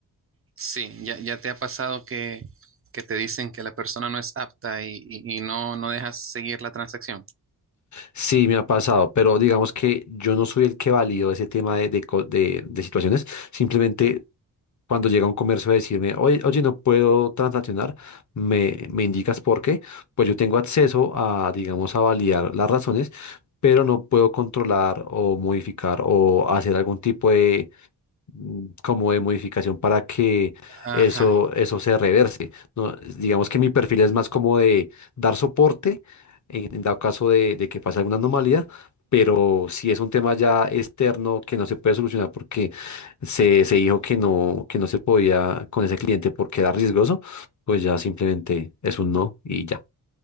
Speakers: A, on the right; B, on the left.
A: Sí, ya, ya te ha pasado que, que te dicen que la persona no es apta y, y- y no, no dejas seguir la transacción.
B: Sí, me ha pasado, pero digamos que yo no soy el que valido ese tema de, de, co- de- de situaciones. Simplemente cuando llega un comercio a decirme, oye, oye, no puedo transaccionar, me, me indicas por qué, pues yo tengo acceso a, digamos, a validar las razones, pero no puedo controlar o modificar o hacer algún tipo mm, como de modificación para que
A: Ajá,
B: eso, eso se reverse. ¿no? Digamos que mi perfil es más como de dar soporte en, en dado caso de, de que pase alguna anomalía, pero si es un tema ya externo que no se puede solucionar porque se, se dijo que no, que no se podía con ese cliente porque era riesgoso, pues ya simplemente es un no y ya.